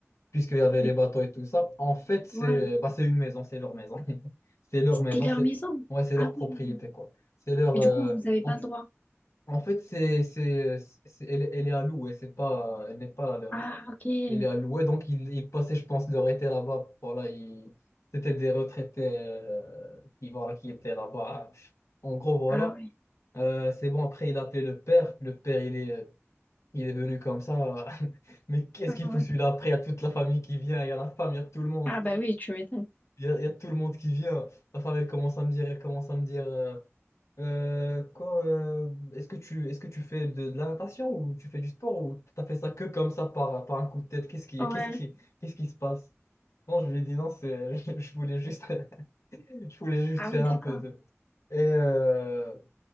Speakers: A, on the left (about 75°); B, on the left (about 35°).
A: puisqu'il y avait
B: oui,
A: les bateaux et tout ça. En fait, c'est
B: ouais.
A: bah, c'est une maison, c'est leur maison. <laughs> C'est leur
B: C'était
A: maison,
B: leur
A: c'est
B: maison.
A: ouais, c'est
B: Ah
A: leur propriété,
B: oui.
A: quoi. C'est leur.
B: Et du
A: euh,
B: coup, vous n'avez pas
A: En,
B: le droit.
A: en fait, c'est, c'est, c'est- elle, est elle est à louer, c'est pas, elle n'est pas la leur.
B: Ah, ok.
A: Elle est à louer, donc ils, ils passaient, je pense, leur été là-bas. Voilà, ils- c'était des retraités euh, qui, voilà, qui étaient là-bas. En gros, voilà.
B: Ah oui.
A: Euh, c'est bon, après, il a appelé le père. Le père, il est. Il est venu comme ça. <laughs> Mais qu'est-ce
B: Ah
A: qu'il
B: ouais.
A: fout celui-là? Après, il y a toute la famille qui vient, il y a la femme, il y a tout le monde.
B: Ah bah oui, tu m'étonnes.
A: Il y a, il y a tout le monde qui vient. La femme, elle commence à me dire, elle commence à me dire euh, Euh, quoi, euh, est-ce que tu, est-ce que tu fais de, de la natation ou tu fais du sport ou t'as fait ça que comme ça par, par un coup de tête? Qu'est-ce qui,
B: Ouais.
A: qu'est-ce qui, qu'est-ce qui se passe? Non, je lui ai dit non, c'est, <laughs> je voulais juste, <laughs> je voulais juste
B: Ah
A: faire
B: oui, d'accord.
A: un peu de. Et, euh,